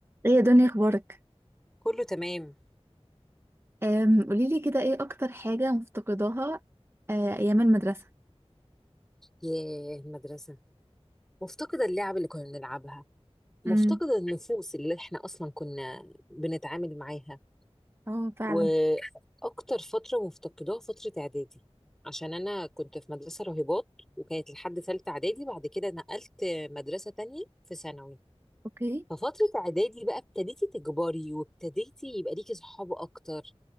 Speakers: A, on the right; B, in the centre.
A: ايه يا دنيا اخبارك
B: كله تمام
A: أم، قوليلي كده ايه اكتر حاجة مفتقداها آه، ايام المدرسة
B: ياه المدرسة مفتقدة اللعب اللي كنا بنلعبها مفتقدة
A: امم
B: النفوس اللي احنا أصلا كنا بنتعامل معاها
A: اه فعلا
B: وأكتر فترة مفتقداها فترة إعدادي عشان أنا كنت في مدرسة راهبات وكانت لحد تالتة إعدادي بعد كده نقلت مدرسة تانية في ثانوي
A: اوكي
B: ففترة إعدادي بقى ابتديتي تكبري وابتديتي يبقى ليكي صحاب أكتر